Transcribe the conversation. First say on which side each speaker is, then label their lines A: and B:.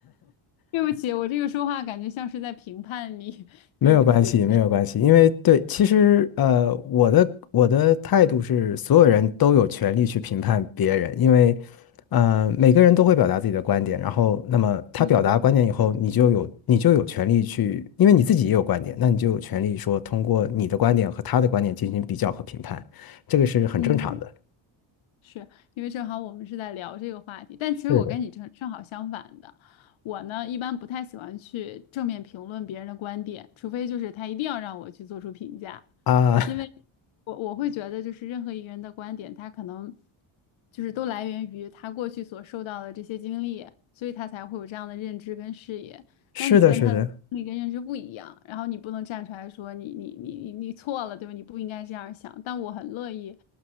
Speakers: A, on the left; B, on the left.
A: 对不起，我这个说话感觉像是在评判你，<laughs>
B: 没有关系，
A: 对不起。
B: 没有关系，因为对，其实呃，我的我的态度是，所有人都有权利去评判别人，因为呃，每个人都会表达自己的观点，然后那么他表达观点以后，
A: 嗯
B: 你就有你就有权利去，因为你自己也有观点，那你就有权利说通过你的观点和他的观点进行比较和评判，这个是很正常的。
A: 嗯。是因为正好我们是在聊这个话题，但其实我跟你正正好相反的，
B: 是的。
A: 我呢一般不太喜欢去正面评论别人的观点，除非就是他一定要让我去做出评价，
B: 啊，
A: 因为我我会觉得就是任何一个人的观点，他可能就是都来源于他过去所受到的这些经历，所以他才会有这样的认知跟视野。
B: <laughs> 是的，
A: 那你跟他的经历跟认知不一样，
B: 是的，
A: 然后你不能站出来说你你你你你错了，对吧？你不应该这样想，但我很乐意。